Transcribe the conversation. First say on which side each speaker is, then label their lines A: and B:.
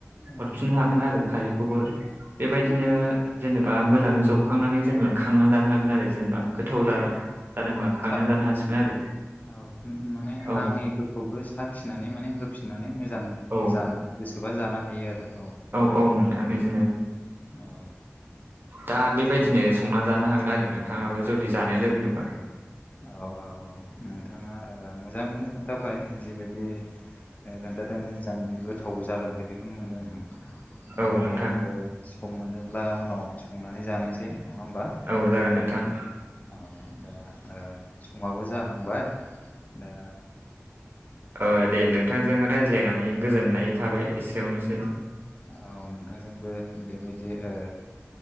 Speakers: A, on the left (about 35°); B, on the right (about 45°).
A: औ
B: हरफिननो हागोन आरो खारैखौबो बेबायदिनो जेनेबा मोजाङै जबखांनानै जोङो खांनानै जानो हागोन आरो जेनेबा गोथाव जा
A: <unintelligible>
B: जादोंबा खांनानै जानो हासिगोन आरो
A: औ माने
B: औ
A: नाङिफोरखौबो साखिनानै माने होफिननानै मोजां
B: औ
A: जानो गोसोबा जानो हायो आरो औ
B: औ औ नोंथां इदिनो
A: औ
B: दा बेबायदिनो संना जानो हागोन आरो नोंथाङाबो जुदि जानो लुगैदोंबा
A: औ औ औ नोंथाङा मोजांखौनो खोन्थाबाय। जिबायदि खोन्थादों मोजां गोथाव जागोन बायदि मोनदों।
B: औ
A: दा
B: नोंथां
A: आंबो सम मोनोब्ला उनाव संनानै जानायसै नङा होमबा।
B: औ जागोन नोंथां।
A: औ दा समाबो जाहांबाय। दा
B: औ दे नोंथांजों रायज्लायनानै गोजोननाय थाबाय एसेयावनोसै।
A: औ नोंथांजोंबो बे बादि ओ